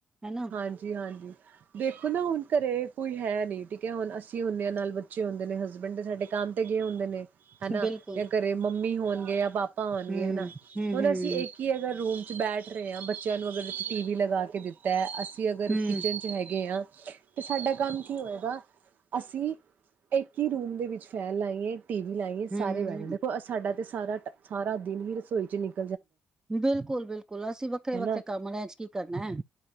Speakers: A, on the right (about 20°); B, on the right (about 70°).
A: ਹਨਾ
B: ਹਾਂਜੀ- ਹਾਂਜੀ ਦੇਖੋ ਨਾ ਹੁਣ ਘਰੇ ਕੋਈ ਹੈ ਨਹੀਂ ਠੀਕ ਹੈ, ਹੁਣ ਅਸੀਂ ਹੁੰਦੇ ਹਾਂ ਨਾਲ ਬੱਚੇ ਹੁੰਦੇ ਨੇ ਹਸਬੈਂਡ ਤੇ ਸਾਡੇ ਕੰਮ ਤੇ ਗਏ ਹੁੰਦੇ ਨੇ ਹਨਾ,
A: ਬਿਲਕੁਲ
B: ਯਾ ਘਰੇ ਮੰਮੀ ਹੋਣਗੇ ਆਪ ਪਾਪਾ ਹੋਣਗੇ
A: ਹਮ
B: ਹਨਾ,
A: ਹਮ
B: ਹੁਣ
A: ਹਮ
B: ਅਸੀਂ ਇੱਕ ਹੀ ਅਗਰ ਰੂਮ ਬੈਠ ਰਹੇ ਆਂ ਬੱਚਿਆਂ ਨੂੰ ਅਗਰ ਟੀ ਵੀ ਲਗਾ ਕੇ ਦਿੱਤਾ। ਅਸੀਂ ਅਗਰ
A: ਹਮ
B: ਕਿਚਨ 'ਚ ਹੈਗੇ ਹਾਂ। ਤੇ ਸਾਡਾ ਕੰਮ ਕੀ ਹੋਏਗਾ ਅਸੀਂ ਇੱਕ ਹੀ ਰੂਮ ਦੇ ਵਿੱਚ ਫੈਨ ਲਾਈਏ। ਟੀਵੀ ਲਾਈਏ
A: ਹਮ।
B: ਸਾਰੇ ਬਹਿ ਜਾਂਦੇ ਦੇਖੋ ਸਾਡਾ ਤੇ ਸਾਰਾ ਦਿਨ ਹੀ ਰਸੋਈ ਚ ਨਿਕਲਦਾ
A: ਬਿਲਕੁਲ-ਬਿਲਕੁਲ ਅਸੀਂ ਵੱਖਰੇ-ਵੱਖਰੇ
B: ਹਨਾ
A: ਕਮਰਿਆਂ ਚ ਕੀ ਕਰਨਾ ਹੈ।